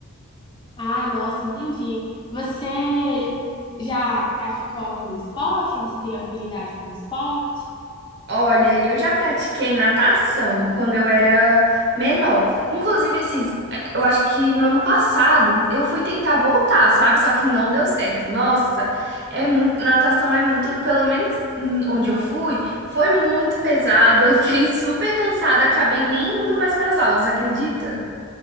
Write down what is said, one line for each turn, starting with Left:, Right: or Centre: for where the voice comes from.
Left: Ah, nossa, entendi. Você já praticou algum esporte? Você tem afinidade com esporte?
Right: Olha, eu já pratiquei natação quando eu era menor. Inclusive, esses, eh, eu acho que no ano passado eu fui tentar voltar, sabe? Só que não deu certo. Nossa, é muito, natação é muito, pelo menos hum, onde eu fui, foi muito pesado. Eu fiquei super cansada, acabei nem indo mais para as aulas, acredita?